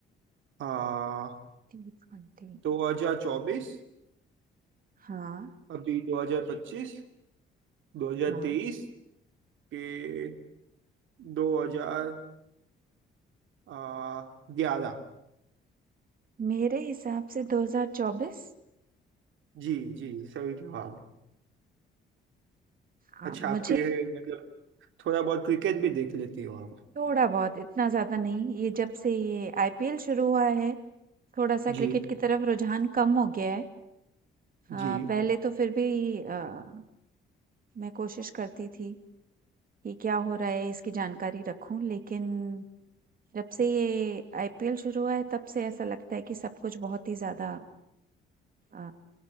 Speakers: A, on the right; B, on the right.
A: आ,
B: टी ट्वेंटी
A: 2024
B: हाँ,
A: अभी 2025 2023
B: हाँ।
A: के 2027 आ, ग्यारह
B: मेरे हिसाब से 2024
A: जी जी सही जवाब
B: हाँ,
A: अच्छा आपको
B: मुझे
A: ये मतलब थोड़ा बहुत क्रिकेट भी देख लेती हो आप
B: थोड़ा-बहुत इतना ज़्यादा नहीं, ये जब से ये आईपीएल शुरू हुआ है, थोड़ा-सा
A: जी
B: क्रिकेट की तरफ रुझान कम हो गया है। अ,
A: जी
B: पहले तो फिर भी अ, मैं कोशिश करती थी कि क्या हो रहा है इसकी जानकारी रखूँ लेकिन जब से ये आईपीएल शुरू हुआ है तब से ऐसा लगता है कि सब कुछ बहुत ही ज़्यादा अ,